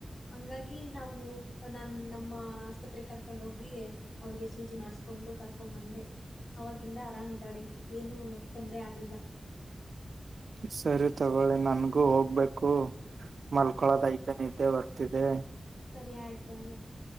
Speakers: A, on the left; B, on the right.
A: ಹಂಗಾಗಿ ನಾವು ನಾ ನಮ್ಮ ಆಸ್ಪತ್ರೆ ಕರ್ಕೊಂಡ ಹೋಗಿ ಅವಳಿಗೆ ಸೂಜಿ ಮಾಡಸ್ಕೊಂಡು ಕರ್ಕೊಂಬಂದೆ ಅವವಾಗಿಂದ ಆರಾಮ್ ಇದ್ದಾಳೆ ಏನು ತೊಂದರೆ ಆಗಿಲ್ಲ ಕ <unintelligible>
B: ಸರಿ ತಗೊಳ್ಳಿ ನನ್ಗೂ ಹೋಗ್ಬೇಕು ಮಲ್ಕೊಳೋದ ಐತನಿ ನಿದ್ದೆ ಬರ್ತಿದೆ
A: ಸರಿ ಆಯಿತು ಆಯಿತು